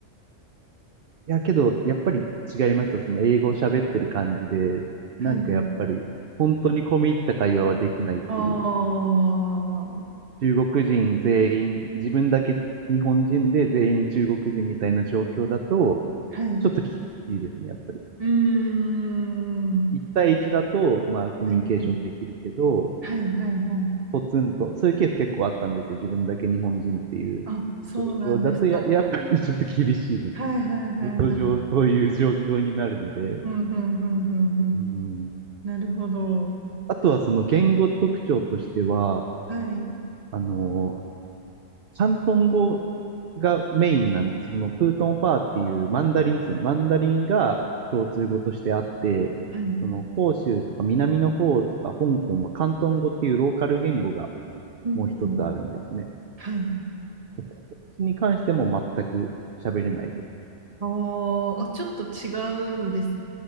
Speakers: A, on the right; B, on the right.
A: や、けど、やっぱり違いますよ。その英語を喋ってる感じで、
B: はい。
A: なんかやっぱり、本当に込み入った会話はできないっていう。
B: ああ、は
A: 中国人全員、自分だけ日本人で全員中国人みたいな状況だと、
B: い。
A: ちょっと厳しいですね、やっぱり。
B: うーん。
A: 一対一だと、まあ、コミュニケーションできるけど、
B: はいはい。はいはいはい。
A: ポツンと、そういうケース結構あったんですよ。自分だけ日本人っていう状況だとや、
B: あ、そうなんですか。
A: <laughs> やっぱりちょっと厳しいです。
B: はいはいはいはい。
A: 仕事上、そういう状況になるので。
B: うん、うん、うん、うん、うん。
A: うん。
B: なるほど。
A: あとはその言語特徴としては、
B: はい。
A: あの、広東語がメインなんです。そのプートンファーっていうマンダリンですよね。マンダリンが共通語としてあって、
B: はい。
A: その広州とか南の方とか香港は広東語っていうローカル言語が
B: うん、
A: もう一つあるんですね。
B: うん。はい。
A: だからそっちに関しても全く喋れないです。
B: ああ、あ、ちょっと違うんです